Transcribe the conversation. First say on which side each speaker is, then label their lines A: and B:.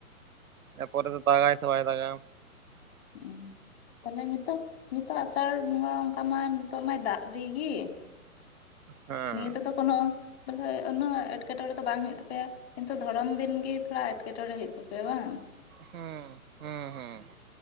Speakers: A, on the right; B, on the left.
A: ᱯᱚᱨᱮᱛᱮ ᱫᱟᱜᱟᱭ ᱥᱮ ᱵᱟᱭ ᱫᱟᱜᱟ
B: ᱦᱮᱸ᱾ ᱛᱟᱦᱚᱞᱮ ᱱᱤᱛᱚᱴᱟᱹᱜ ᱱᱤᱛᱟᱹᱜ ᱟᱥᱟᱲ ᱵᱚᱸᱜᱟ ᱚᱱᱠᱟ ᱢᱟ ᱱᱤᱛᱟᱹᱜ ᱢᱟᱭ ᱫᱟᱜ ᱤᱫᱤ ᱜᱮ᱾
A: ᱦᱮᱸ
B: ᱱᱤᱭᱟᱹ ᱛᱮᱫᱚ ᱠᱳᱱᱳ ᱵᱚᱞᱦᱮ ᱩᱱᱟᱹᱜ ᱮᱴᱠᱮᱴᱚᱬᱮ ᱫᱚ ᱵᱟᱝ ᱦᱩᱭᱩᱜ ᱛᱟᱯᱮᱭᱟ᱾ ᱠᱤᱱᱛᱩ ᱫᱷᱚᱨᱚᱢ ᱫᱤᱱᱜᱮ ᱛᱷᱚᱲᱟ ᱮᱸᱴᱠᱮᱴᱚᱲᱮ ᱦᱩᱭᱩᱜ ᱛᱟᱯᱮᱭᱟ ᱵᱟᱝ?
A: ᱦᱮᱸ, ᱦᱮᱸ ᱦᱮᱸ᱾